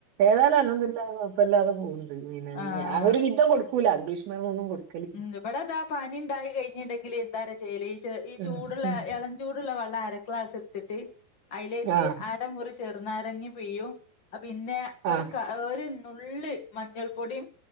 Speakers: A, on the right (about 85°); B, on the left (about 40°).
A: ഏതാലും അൽഹംദുലില്ലാഹ് അനെ കൊഴപ്പല്ലാതെ പോക്ണ്ട്. പിന്നെ
B: ആഹ്
A: ഞാന് ഒരു വിധം കൊടുക്കൂല്ല ഇംഗ്ലീഷ് മരുന്നൊന്നും കൊടു
B: ഉം, ഇവിടെ അതാ പനി ഉണ്ടായി കഴിഞ്ഞിട്ടുണ്ടെങ്കില് എന്താ അറിയാ ചെയ്യല്, ഈ ചെ ഈ
A: ഉം
B: ചൂടുള്ള
A: ഉം
B: എളം ചൂടുള്ള വെള്ളം അരക്‌ളാസ്ട്ത്ത്ട്ട് അതിലേക്ക്
A: ആഹ്
B: അ ര മുറി ചെറുനാരങ്ങി പീയും. പിന്നെ ഒരു
A: ആഹ്
B: ക ഒരു നുള്ള് മഞ്ഞൾ പൊട്യും